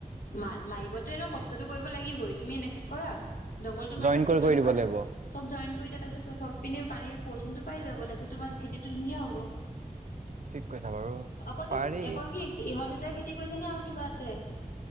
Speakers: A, on the left (about 80°); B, on the right (about 60°).
A: মাৰ- মাৰিবতো এনেও কষ্টতটো কৰিব লাগিবই তুমি এনেকে কৰা দংগলটো
B: জইন
A: মাৰিবা
B: কৰি
A: যিমান
B: কৰি দিব
A: পাৰা।
B: লাগিব
A: চব ঝইন কৰি দিয়া তাৰ পিছত চবপিনে পানীৰ প্ৰৰচুনটো পাই যাব তাৰ পিছত তোমাৰ খেতিটো ধুনীয়া হ'ব।
B: ঠিক কৈছা বাৰু
A: অকলতোক-
B: পাৰি
A: অকল কি ইহঁত দুটাই খেতি কৰিছে নে আৰু কিবা আছে?